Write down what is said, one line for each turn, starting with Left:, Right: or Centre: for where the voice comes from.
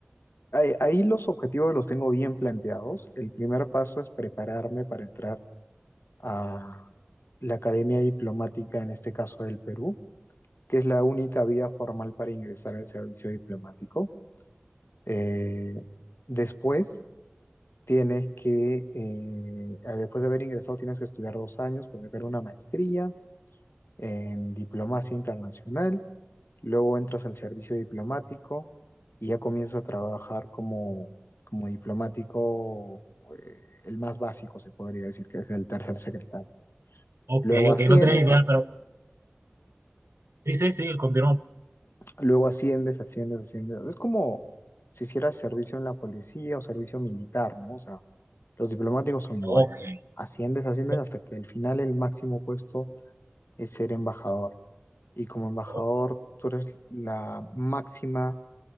Left: Ahí, ahí los objetivos los tengo bien planteados. El primer paso es prepararme para entrar a la Academia Diplomática, en este caso del Perú, que es la única vía formal para ingresar al servicio diplomático. Eh, después Tienes que, eh, después de haber ingresado, tienes que estudiar dos años, pues hacer una maestría en diplomacia internacional, luego entras al servicio diplomático y ya comienzas a trabajar como, como diplomático, eh, el más básico se podría decir que es el tercer secretario.
Right: Ok,
Left: Luego
Right: ok,
Left: asciendes,
Right: no tenía idea,
Left: asciendes.
Right: pero sí, sí, sí, continúa.
Left: Luego asciendes, asciendes, asciendes. Es como si hicieras servicio en la policía o servicio militar, ¿no? O sea, los diplomáticos son igual,
Right: Ok,
Left: o sea, asciendes, asciendes
Right: sí,
Left: hasta que al final el máximo puesto es ser embajador. Y como embajador,
Right: o-
Left: tú eres la máxima